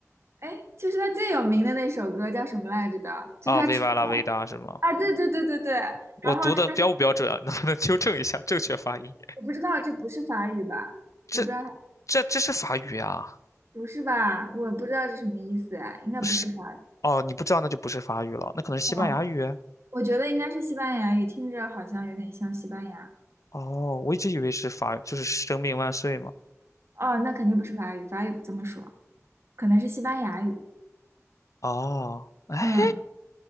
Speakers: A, on the right (about 55°); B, on the left (about 75°).
A: 哎，就是他最有名的那首歌叫什么来着的？就是他出道
B: 啊，Viva la vida 是吗？
A: 啊，对对对对对。
B: 我读的标不标准啊？
A: 然后他，
B: <laughs> 能不能纠正一下正确发音？
A: 我不知道这不是法语吧？
B: 这
A: 我不知道，
B: 这这是法语啊？
A: 不是吧？我不知道这什么意思哎，应该不是法。
B: 不是
A: 语。
B: 哦，你不知道那就不是法语了，那可能是西班牙语。
A: 哦，我觉得应该是西班牙语，听着好像有点像西班牙。
B: 哦，我一直以为是法，就是生命万岁嘛。
A: 哦，那肯定不是法语，法语不这么说，可能是西班牙语。
B: 哦，哎，
A: 嗯，